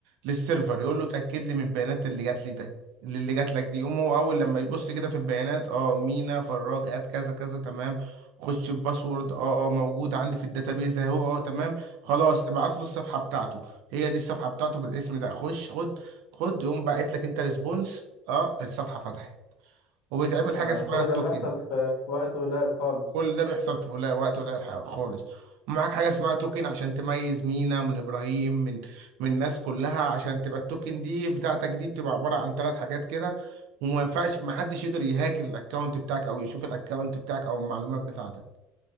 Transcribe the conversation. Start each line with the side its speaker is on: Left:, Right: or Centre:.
Right: للسيرفر يقول له اتاكد لي من البيانات اللي جات لي ده اللي اللي جات لك دي يقوم هو اول لما يبص كده في البيانات اه مينا فراج ات كذا كذا تمام خش الباسورد اه اه موجود عندي في الداتابيز اهو اه تمام خلاص ابعت له الصفحه بتاعته هي دي الصفحه بتاعته بالاسم ده خش خد خد يقوم باعت لك انت ريسبونس اه الصفحه فتحت وبيتعمل
Left: يعني
Right: حاجه اسمها
Left: كل
Right: التوكن
Left: ده بيحصل في في وقت قليل خالص
Right: كل ده بيحصل في قليل وقت قليل ح- خالص ومعاك حاجة اسمها توكن عشان تميز مينا من إبراهيم من من الناس كلها عشان تبقى التوكن دي بتاعتك دي بتبقى عبارة عن ثلاث حاجات كده وما ينفعش ما حدش يقدر يهاك الأكونت بتاعك أو يشوف الأكونت بتاعك أو المعلومات بتاعتك